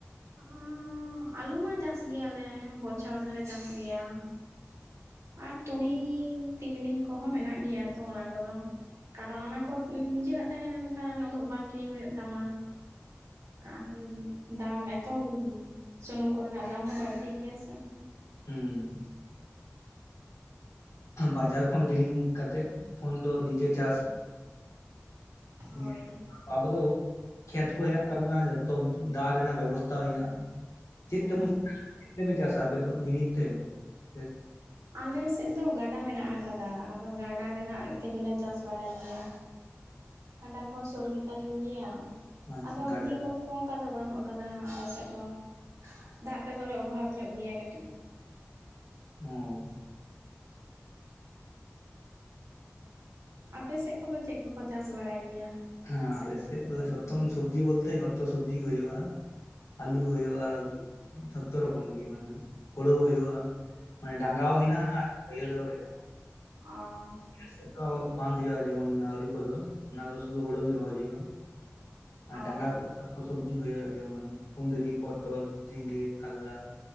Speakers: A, on the right (about 85°); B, on the left (about 85°).
A: ᱩᱸᱜᱻ ᱟᱞᱩ ᱢᱟ ᱪᱟᱥ ᱜᱮᱭᱟᱞᱮ ᱵᱚᱪᱷᱚᱨ ᱨᱮᱞᱮ ᱪᱟᱥ ᱜᱮᱭᱟ। ᱟᱨ ᱛᱩᱲᱤ ᱛᱤᱞᱢᱤᱧ ᱠᱚᱦᱚᱸ ᱢᱮᱱᱟᱜ ᱜᱮᱭᱟ ᱛᱚ ᱚᱱᱟ ᱠᱚᱫᱚ ᱠᱟᱨᱚᱱ ᱚᱱᱟ ᱠᱚ ᱱᱤᱡᱮᱨᱟᱜ ᱛᱟᱦᱮᱸ ᱞᱮᱱᱠᱷᱟᱱ ᱩᱱᱟᱹᱜ ᱵᱟᱝ ᱠᱤᱨᱤᱧ ᱦᱩᱭᱩᱜ ᱛᱟᱢᱟ। ᱟᱨ ᱫᱟᱢ ᱮᱛᱚ ᱥᱩᱱᱩᱢ ᱠᱚᱨᱮᱱᱟᱜ ᱫᱟᱢ ᱦᱚᱸ ᱵᱟᱹᱲᱛᱤ ᱜᱮᱭᱟ ᱥᱮ
B: ᱦᱩᱸ ᱵᱟᱡᱟᱨ ᱠᱷᱚᱱ ᱠᱤᱨᱤᱧ ᱠᱟᱛᱮᱫ ᱠᱷᱚᱱ ᱫᱚ ᱱᱤᱡᱮ ᱪᱟᱥ
A: ᱦᱳᱭ
B: ᱡᱮ ᱟᱵᱚ ᱫᱚ ᱠᱷᱮᱛ ᱠᱚ ᱦᱮᱱᱟᱜ ᱛᱟᱵᱚᱱᱟ ᱡᱚᱛᱚ ᱫᱟᱜ ᱨᱮᱱᱟᱜ ᱵᱮᱵᱚᱥᱛᱟ ᱦᱮᱱᱟᱜᱼᱟ ᱪᱮᱫ
A: ᱦᱚᱸ
B: ᱛᱮᱵᱚᱱ <inaudible> ᱪᱮᱫ ᱛᱮᱯᱮ ᱪᱟᱥᱟ ᱟᱯᱮ ᱫᱚ ᱢᱤᱱᱤ ᱛᱮ? ᱥᱮ
A: ᱟᱞᱮᱥᱮᱫ ᱫᱚ ᱜᱟᱰᱟ ᱢᱮᱱᱟᱜ ᱟᱠᱟᱫᱟ ᱟᱫᱚ ᱜᱟᱰᱟ ᱨᱮᱱᱟᱜ ᱛᱮᱜᱮᱞᱮ ᱪᱟᱥ ᱵᱟᱲᱟᱭ ᱜᱮᱭᱟ। ᱠᱟᱰᱟ ᱠᱚ ᱥᱳᱨ ᱜᱮᱛᱟᱞᱮ ᱜᱮᱭᱟ
B: ᱟᱪᱪᱷᱟ
A: ᱟᱫᱚ
B: ᱜᱟᱰᱟ
A: ᱢᱤᱱᱤ ᱠᱚ ᱛᱚ ᱚᱱᱠᱟ ᱫᱚ ᱵᱟᱹᱱᱩᱜ ᱟᱠᱟᱫᱟ ᱟᱞᱮ ᱥᱮᱫ ᱫᱚ ᱫᱟᱜ ᱛᱮᱫᱚᱞᱮ ᱚᱵᱷᱟᱵᱽ ᱧᱚᱜ ᱜᱮᱭᱟ ᱠᱟᱹᱴᱤᱡ।
B: ᱚ
A: ᱟᱯᱮ ᱥᱮᱫ ᱠᱚᱫᱚ ᱪᱮᱫ ᱠᱚᱠᱚ ᱪᱟᱥ ᱵᱟᱲᱟᱭ ᱜᱮᱭᱟ?
B: ᱦᱮᱸ
A: ᱥᱮ
B: ᱟᱞᱮᱥᱮᱫ
A: ᱵᱟᱝᱠᱚ ᱪᱟᱥ
B: ᱫᱚ ᱡᱷᱚᱛᱚᱢ
A: ᱜᱮᱭᱟ
B: ᱥᱚᱵᱡᱤ ᱵᱚᱞᱛᱮ ᱡᱷᱚᱛᱚ ᱥᱚᱵᱡᱤ ᱜᱮ ᱦᱳᱭᱳᱜᱼᱟ ᱟᱹᱞᱩ ᱦᱳᱭᱳᱜᱼᱟ ᱡᱷᱚᱛᱚ ᱨᱚᱠᱚᱢ ᱜᱮ ᱢᱟᱱᱮ ᱦᱳᱲᱳ ᱦᱳᱭᱳᱜᱼᱟ ᱢᱟᱱᱮ ᱰᱟᱸᱜᱟ ᱦᱚᱸ ᱦᱮᱱᱟᱜᱼᱟ ᱟᱨ ᱵᱟᱹᱭᱦᱟᱹᱲ ᱦᱚᱸ ᱦᱮᱱᱟᱜᱼᱟ।
A: ᱚᱻ
B: ᱥᱮᱫ ᱫᱚ ᱵᱟᱝ ᱦᱳᱭᱳᱜᱼᱟ ᱡᱮᱢᱚᱱ ᱟᱹᱞᱩ ᱠᱚᱫᱚ ᱚᱱᱟ ᱫᱚ ᱥᱩᱫᱷᱩ ᱦᱳᱲᱳ ᱜᱮ ᱨᱚᱦᱚᱭ ᱦᱩᱭᱩᱜᱼᱟ। ᱟᱨ
A: ᱚ
B: ᱰᱟᱸᱜᱟ ᱠᱚ ᱥᱚᱵᱽᱡᱤ ᱦᱩᱭᱩᱜᱼᱟ ᱡᱢᱚᱱ ᱠᱩᱸᱫᱽᱨᱤ ᱯᱚᱴᱚᱞ ᱡᱷᱤᱸᱜᱟᱹ ᱠᱟᱨᱞᱟ